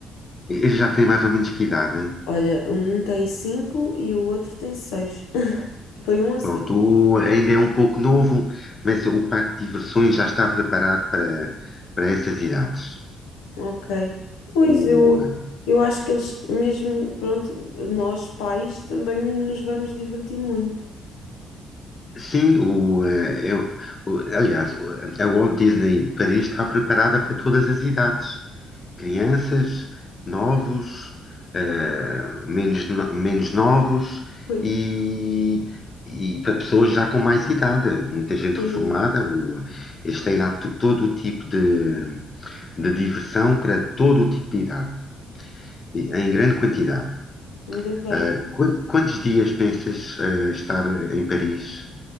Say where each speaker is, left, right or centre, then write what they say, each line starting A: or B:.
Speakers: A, on the left; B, on the left.
A: Eles já têm mais ou menos que idade.
B: Olha, um tem cinco e o outro tem seis. <laughs> Foi um a seguir.
A: Pronto, o- ainda é um pouco novo, mas o parque de diversões já está preparado para, para essas idades.
B: Ok. Pois
A: O,
B: eu,
A: eh,
B: eu acho que eles, mesmo, pronto, nós pais também nos vamos divertir muito.
A: sim, o, eh, eu, o- aliás, o- a Walt Disney Paris está preparada para todas as idades. crianças, novos, eh, menos, no- menos novos
B: Pois.
A: e, e para pessoas já com mais idade, muita gente
B: Sim,
A: reformada. O, eles têm lá to- todo o tipo de, de diversão para todo o tipo de idade, e- em grande quantidade.
B: ainda bem.
A: Eh, quan- quantos dias pensas, eh, estar em Paris?